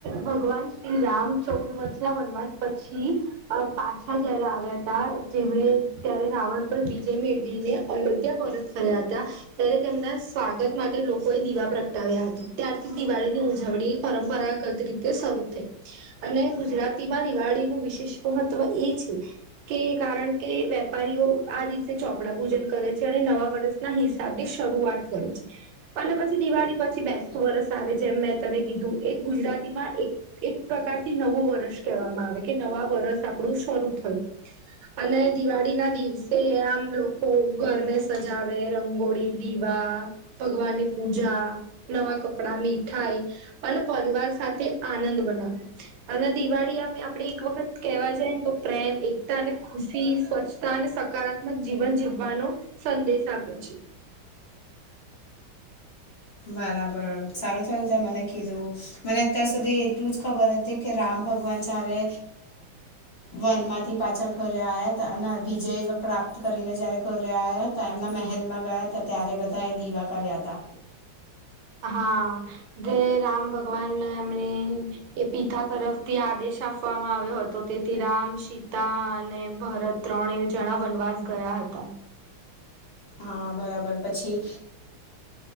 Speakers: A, on the right (about 85°); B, on the left (about 40°).
A: ભગવાન શ્રીરામ ચૌદ વર્ષ ના વનવાસ પછી અ પાછા જયારે આવ્યા હતા જેમને ત્યારે રાવણ પર વિજય મેળવીને અયોધ્યા પરત ફર્યા હતા ત્યારે તેમના સ્વાગત માટે લોકોએ દીવા પ્રગટાવ્યા હતા ત્યારથી દિવાળી ની ઉજવણી પરંપરાગત રીતે શરૂ થઈ અને ગુજરાતીમાં દિવાળીનુંું વિશેષ મહત્વ એ છે કે કારણ કે કે વેપારીઓ આ દિવસે ચોપડા પૂજન કરે છે નવા વર્ષના હિસાબની શરૂઆત કરી છે અને પછી દિવાળી પછી બે વરસ આવે જેમ મેં તને કીધું એ ગુજરાતીમાં એક એક પ્રકારથી નવું વર્ષ કહેવામાં આવે કે નવા વર્ષ આપણું શરૂ થયું અને દિવાળી ના દિવસે આમ લોકો ઘરને સજાવે રંગોળી દીવા ભગવાન ની પૂજા નવા કપડા મીઠાઈ અને પરિવાર સાથે આનંદ બનાવે અને દિવાળી આમ આપડે એક વખત કહેવા જાય ને તો પ્રેમ એકતા અને ખુશી સ્વચ્છ અને સકારાત્મક જીવન જીવવાનો સંદેશ આપે છે
B: બરાબર સારું થયું ત મને કીધું મને અત્યાર સુધી એટલું જ ખબર હતી કે રામ ભગવાન ચ્યારે વન માંથી પાછા ઘરે આવ્યા હતા વિજય પ્રાપ્ત કરીને જયારે ઘરે આવ્યા ત એમના હેલમાં ગયા હતા ત્યારે બધાએ દીવા કર્યા હતા.
A: હા જે રામ ભગવાન એમની એ પિતા તરફથી આદેશ આપવામાં આવ્યો હતો તેથી રામ, સીતા અને ભરત ત્રણે જણા વનવાસ ગયા હતા.
B: હા બરાબર પછી